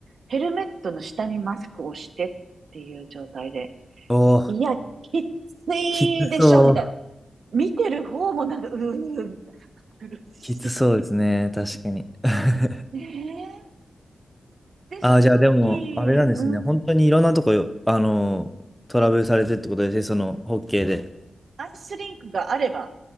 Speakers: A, on the right; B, in the centre.
A: ヘルメットの下にマスクをしてっていう状態で、
B: おお、
A: いや、きついでしょ、
B: きつそう。
A: みたいな。見てる方もなんか、うー、みたいな。苦し
B: きつそうですね。確かに。<laughs>
A: い。ねえ。で、その時、
B: ああ、じゃあでも、あれなんですね。
A: うん、
B: 本当にいろんなとこよ、あの、トラブルされてってことですね。その、ホッケーで。
A: アイスリンクがあれば